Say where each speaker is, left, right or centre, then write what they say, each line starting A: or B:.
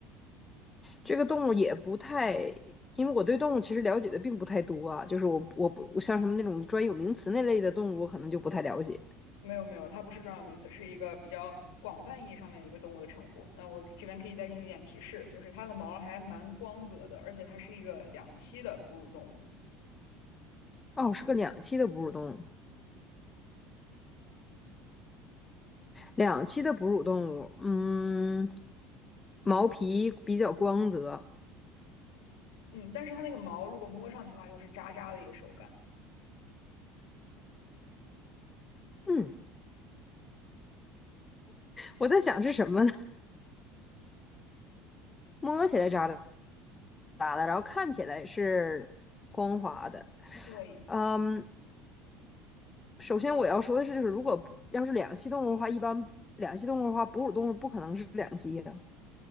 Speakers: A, on the left; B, on the left.
A: 这个动物也不太，因为我对动物其实了解的并不太多啊，就是我我不我像什么那种专有名词那类的动物，我可能就不太了解。
B: 没有没有，它不是专有名词，是一个比较广泛意义上面一个动物的称呼。那我这边可以再给你一点提示，就是它的毛还蛮光泽的，而且它是一个两栖的哺乳动物。
A: 哦，是个两栖的哺乳动物，两栖的哺乳动物，嗯，毛皮比较光泽，
B: 嗯，但是它那个毛如果摸上去的话，又是渣渣的一个手感。
A: 嗯，我在想是什么呢？<laughs> 摸起来扎扎的，然后看起来是光滑的。
B: 对，
A: 嗯。首先我要说的是，就是如果要是两栖动物的话，一般不两栖动物的话，哺乳动物不可能是两栖呀、